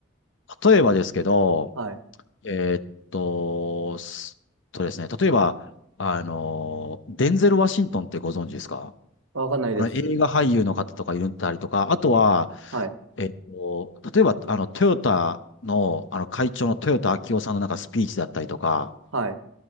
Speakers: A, on the left (about 60°); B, on the right (about 85°).
A: 例えばですけど、
B: はい。
A: えーっと、すとですね、例えば、あの、デンゼル・ワシントンってご存知ですか
B: あわかんないです。
A: あの、映画俳優の方とかいるんだりとか、あとは、
B: はい。
A: えっと、例えば、あの、トヨタの、あの、会長の豊田章男さんのなんかスピーチだったりとか、
B: はい。